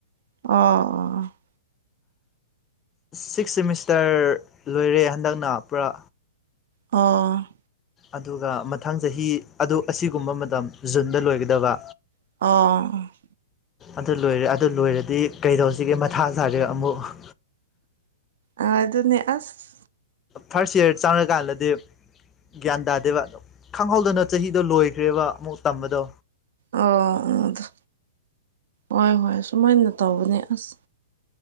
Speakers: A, on the right; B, on the left.
A: ꯑꯣ ꯑꯣ ꯑꯣ
B: ꯁꯤꯛꯁ ꯁꯦꯃꯤꯁꯇꯔ ꯂꯣꯏꯔꯦ ꯍꯟꯗꯛꯅ ꯄꯨꯔꯥ
A: ꯑꯣ
B: ꯑꯗꯨꯒ ꯃꯊꯪ ꯆꯍꯤ ꯑꯗꯨ ꯑꯁꯤꯒꯨꯝꯕ ꯃꯇꯝ ꯖꯨꯟꯗ ꯂꯣꯏꯒꯗꯕ
A: ꯑꯥꯎ ꯑꯣ
B: ꯑꯗꯨ ꯂꯣꯏꯔꯦ ꯑꯗꯨ ꯂꯣꯏꯔꯗꯤ ꯀꯩꯗꯧꯁꯤꯒꯦ ꯃꯊꯥ ꯁꯥꯔꯦ ꯑꯃꯨꯛ
A: ꯑ ꯑꯗꯨꯅꯦ ꯑꯁ
B: ꯐꯥꯔꯁ ꯏꯌꯥꯔ ꯆꯪꯔꯀꯥꯟꯗꯗꯤ ꯒ꯭ꯌꯥꯟ ꯇꯥꯗꯦꯕ ꯈꯪꯍꯧꯗꯅ ꯆꯍꯤꯗꯣ ꯂꯣꯏꯈ꯭ꯔꯦꯕ ꯑꯃꯨꯛ ꯇꯝꯕꯗꯣ
A: ꯑꯣ ꯑꯗ ꯍꯣꯏ ꯍꯣꯏ ꯁꯨꯃꯥꯏꯅ ꯇꯧꯕꯅꯦ ꯑꯁ